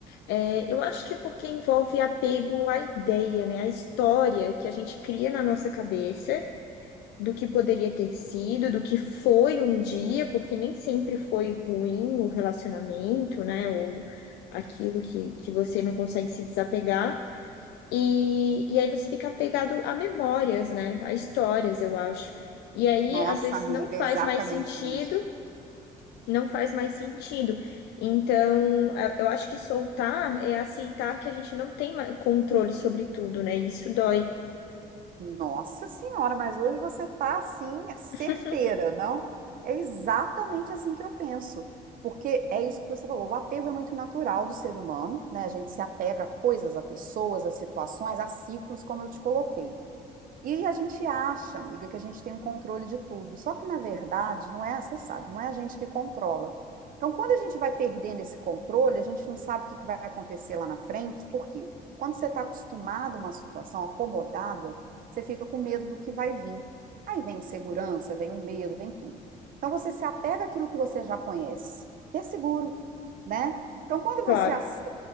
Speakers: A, on the left (about 80°); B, on the right (about 55°).
A: É, eu acho que é porque envolve apego à ideia, né? À história que a gente cria na nossa cabeça do que poderia ter sido, do que foi um dia, porque nem sempre foi ruim o relacionamento, né? Ou aquilo que, que você não consegue se desapegar. E, e aí você fica apegado a memórias, né? A histórias, eu acho. E aí,
B: Nossa,
A: às vezes,
B: amiga,
A: não faz
B: é exatamente
A: mais sentido,
B: isso.
A: não faz mais sentido. Então, a- eu acho que soltar é aceitar que a gente não tem ma- controle sobre tudo, né? E Isso dói,
B: Nossa senhora, mas hoje você está assim, certeira,
A: <laughs>
B: não? É exatamente assim que eu penso. Porque é isso que você falou, o apego é muito natural do ser humano, né? A gente se apega a coisas, a pessoas, a situações, a ciclos, como eu te coloquei. E a gente acha, amiga, que a gente tem um controle de tudo. Só que, na verdade, não é, você sabe, não é a gente que controla. Então, quando a gente vai perdendo esse controle, a gente não sabe o que que vai acontecer lá na frente, porque quando você está acostumado a uma situação acomodada, você fica com medo do que vai vir. Aí vem insegurança, vem o medo, vem tudo. Então, você se apega àquilo que você já conhece, que é seguro, né? Então, quando
A: claro.
B: você ace-